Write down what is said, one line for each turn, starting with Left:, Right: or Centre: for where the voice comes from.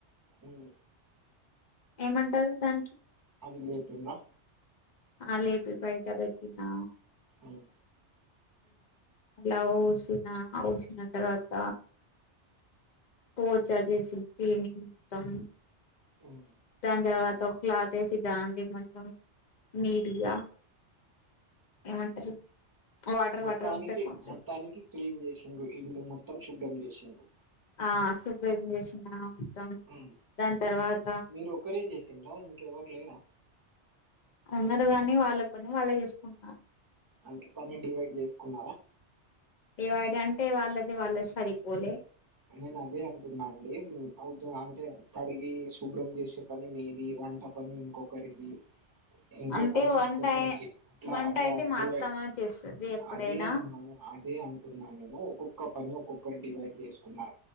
Right: ఉమ్
Left: ఏమంటారు దానికి
Right: అది లేపిండ్రా
Left: ఆ లేపి బయట తక్కినా
Right: ఉమ్
Left: అలా ఊసిన ఊసిన తర్వాత పోచా చేసిన క్లీనింగ్ మొత్తం
Right: ఉమ్
Left: దాని తర్వాత ఒక క్లాత్ వేసి దాం కొంచం నీట్గా ఏమంటారు వాటర్
Right: మొత్తానికి
Left: వాటర్ ఉంటే కొంచెం
Right: మొత్తానికి క్లీన్ చేశిండ్రు ఇల్లు మొత్తం డ్డం చేశిరు
Left: ఆ సుపెం చేశినాం
Right: ఉమ్
Left: దాని తర్వాత
Right: మీరు ఒక్కరే చేసిండ్రా ఇంకెవరు లేరా
Left: ఉన్నరరు గని వాళ్ళ పని వాళ్ళే చేసుకుంటు
Right: అంటే పని డివైడ్ చేసుకున్నారా
Left: ఏ వాడ అంటే వాళ్ళది వాళ్ళది సరిపోలే
Right: నేను అదే అంటున్నా అండి అవుతు అంటే కడిగి శుభ్రం చేశే పని మీది వంట పని ఇంకొకరిది ఇంకో
Left: అంటే
Right: పని
Left: వంట
Right: ఇంకొకరి అట్లా
Left: వంట
Right: అట్లా
Left: అయితే మా
Right: డివై
Left: అత్తమ్మ చేస్తది ఎప్పుడైనా
Right: అదే అమ్మా అదే అంటున్నా నేను ఒక్కొక్క పని ఒక్కొక్కరి డివైడ్ జేస్ న్న